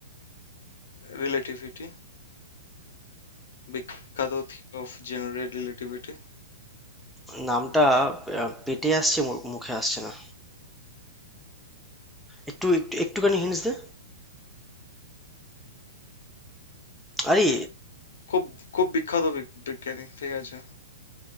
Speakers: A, on the left (about 70°); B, in the centre.
A: রিলেটিভিটি বিখ্যাত থিওরি অফ জেনারেল রিলেটিভিটি
B: নামটা আহ, পেটে আসছে মু- মুখে আসছে না একটু একটু একটুখানি হিন্টস দে আরে
A: খুব খুব বিখ্যাত বিগ- বিজ্ঞানী ঠিক আছে